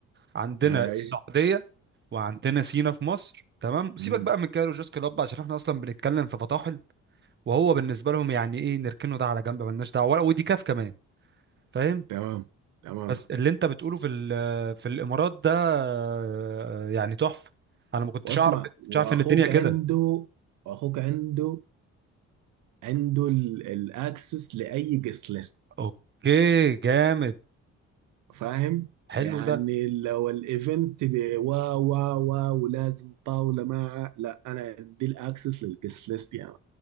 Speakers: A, on the right; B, on the right.
A: عندنا
B: هاي
A: السعودية وعندنا سينا في مصر تمام سيبك
B: مم.
A: بقى من كايرو جوز كلوب عشان احنا اصلا بنتكلم في فطاحل وهو بالنسبة لهم يعني ايه نركنه ده على جنب ملناش دعوة ولا- ودي كاف كمان فاهم
B: تمام تمام
A: بس اللي انت بتقوله في ال- في الامارات ده آه، يعني تحفة انا ما كنتش
B: واسمع
A: اعرف
B: واخوك
A: كنتش اعرف ان الدنيا كده
B: عنده اخوك عنده عنده الاكسس لاي قصه
A: اوكي جامد
B: فاهم
A: حلو
B: يعني
A: ده
B: لو الايفنت ب- وا وا وا ولازم طاوله مع لا انا عندي الاكسس للجست ليست يعني